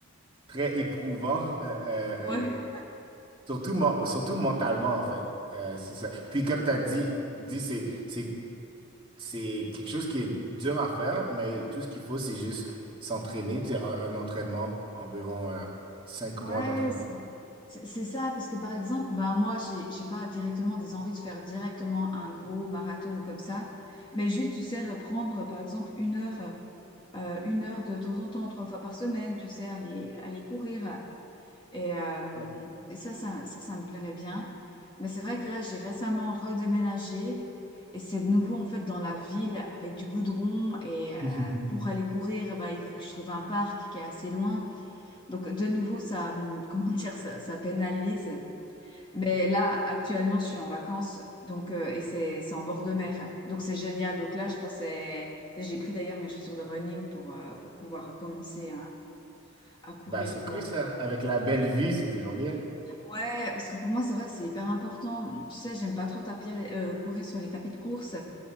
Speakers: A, on the right; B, on the left.
A: très éprouvant, <laughs> euh, euh,
B: Ouais.
A: euh, surtout, men- surtout mentalement, en fait. Euh, c'est ça. Puis, comme tu as dit, dit c'est, c'est c'est quelque chose qui est dur à faire, mais tout ce qu'il faut, c'est juste s'entraîner. Tu sais, un, un entraînement, environ euh, cinq
B: Ouais,
A: mois d'entraînement.
B: c'est c'est- c'est ça, parce que par exemple, ben moi, j'ai j'ai pas directement des envies de faire directement un gros marathon ou comme ça, mais juste, tu sais, reprendre par exemple une heure, euh, euh, une heure de temps en temps, trois fois par semaine, tu sais, aller, aller courir. Et, euh,
A: Ouais.
B: et ça, ça, ça, ça me plairait bien. Mais c'est vrai que là, j'ai récemment redéménagé et c'est de nouveau en fait dans la ville avec du goudron. Et euh,
A: <laughs>
B: pour aller courir, ben, il faut que je trouve un parc qui est assez loin. Donc, de nouveau, ça, <laughs> hum, comment dire, ça, ça pénalise. Mais là, actuellement, je suis en vacances, donc, euh, et c'est, c'est en bord de mer. Donc, c'est génial. Donc là, je pensais, j'ai pris d'ailleurs mes chaussures de running pour, euh, pour pouvoir commencer à, à courir,
A: Ben, c'est
B: quoi.
A: cool ça. Avec la belle vue, c'est toujours bien.
B: Ouais, parce que pour moi, c'est vrai que c'est hyper important. Tu sais, j'aime pas trop tapir- euh, courir sur les tapis de course.